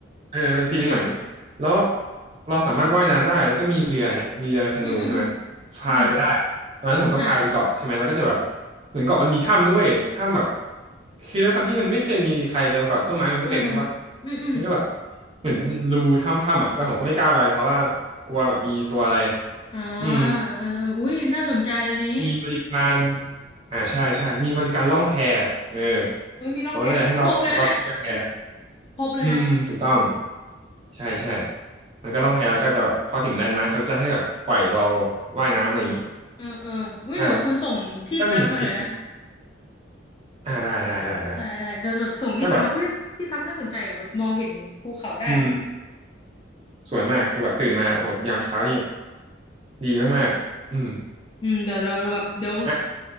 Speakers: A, on the right (about 30°); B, on the left (about 25°).
A: เออเป็นซีนในหนัง
B: เฮ้ย
A: แล้วเราสามารถว่ายน้ำได้แล้วก็มีเรืออย่างเงี้ยมีเรือแคนูใช่ไหม
B: อืมอืมอืม
A: พายไปได้
B: อืม
A: ตอนนั้นผมก็พายไปเกาะใช่ไหมแล้วก็จะแบบ
B: ฮะ
A: เหมือนเกาะมันมีถ้ำด้วยถ้ำแบบคือด้วยความที่มันไม่เคยมีใครไปมาก่อนต้นไม้มันก็เต็มใช่ปะ
B: เอออืมอืม
A: มันก็แบบเหมือนเป็นรูถ้ำๆอ่ะแต่ผมก็ไม่กล้าไปเพราะว่ากลัวแบบมีตัวอะไร
B: อ่า
A: อืม
B: เออเอออุ้ยน่าสนใจอันนี้
A: มีบริการอ่าใช่ใช่มีบริการล่องแพเออ
B: เฮ้ยมีรองเพลงด้วยเอ้ยครบเลยนะเนี่ย
A: เขาก็จะให้เราเราขึ้นไปแพ
B: ครบเลยนะ
A: อืมอืมถูกต้องใช่ใช่ มันก็ล่องแพแล้วก็จะแบบพอถึงแลนด์มาร์คเขาจะให้แบบปล่อยเราว่ายน้ำอะไรอย่างนี้
B: เออเอออุ้ยเดี๋ยวคุณส่งที่พักมาหน่อยนะ
A: อ่ะก็มีหลายอย่างอ่าได้ได้ได้ได้
B: ได้ได้เดี๋ยวแบบส่งที่พักมาอุ้ยที่พักน่าสนใจอ่ะแบบมองเห็นภูเขาได้อ่ะ
A: ก็แบบอืมสวยมากคือแบบตื่นมาโอ้โหยามเช้านี่ดีมากๆอืม
B: อืมเดี๋ยวเราเราแบบเดี๋ยว
A: อ่ะ